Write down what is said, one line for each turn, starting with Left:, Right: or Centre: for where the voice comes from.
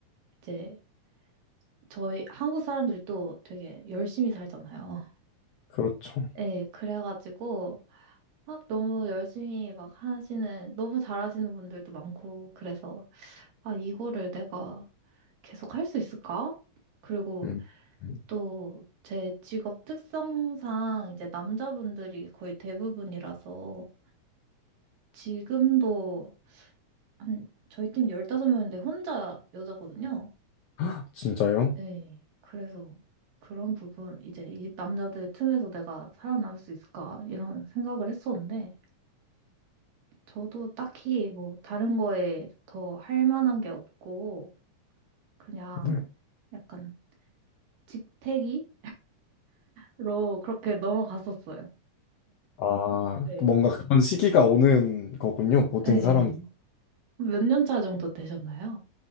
Right: 이제 저희 한국 사람들이 또 되게 열심히 살잖아요.
Left: 그렇죠.
Right: 예, 그래가지고 막 너무 열심히 막 하시는, 너무 잘하시는 분들도 많고, 그래서 아, 이거를 내가 계속 할 수 있을까? 그리고
Left: 음. 음.
Right: 또 제 직업 특성상 이제 남자분들이 거의 대부분이라서 지금도 한 저희 팀 15명인데 혼자 여자거든요.
Left: <gasps> 헉, 진짜요?
Right: 네. 그래서 그런 부분 이제 이 남자들 틈에서 내가 살아남을 수 있을까 이런 생각을 했었는데 저도 딱히 뭐 다른 거에 더 할 만한 게 없고 그냥
Left: 네.
Right: 약간 직태기로 그렇게 넘어갔었어요.
Left: 아,
Right: 네.
Left: 뭔가 그런 시기가 오는 거군요. 모든
Right: 네.
Left: 사람.
Right: 몇 년 차 정도 되셨나요?